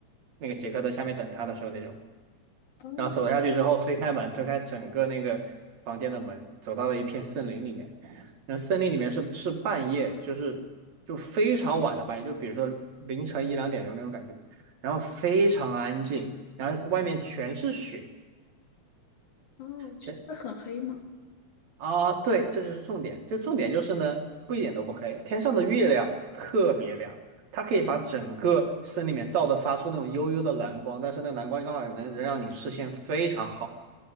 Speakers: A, on the right; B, on the left.
A: 那个杰克在下面等他的时候那种。
B: 哦
A: 然后走下去之后，推开门，推开整个那个房间的门，走到了一片森林里面。那森林里面是是半夜，就是就非常晚的半夜，就比如说凌晨一两点钟那种感觉，然后非常安静，然后外面全是雪，
B: 哦，是会很黑吗？
A: 全啊，对，这就是重点，就重点就是呢，不一点都不黑，天上的月亮特别亮。它可以把整个森林里面照的发出那种幽幽的蓝光，但是那个蓝光刚好能能让你视线非常好。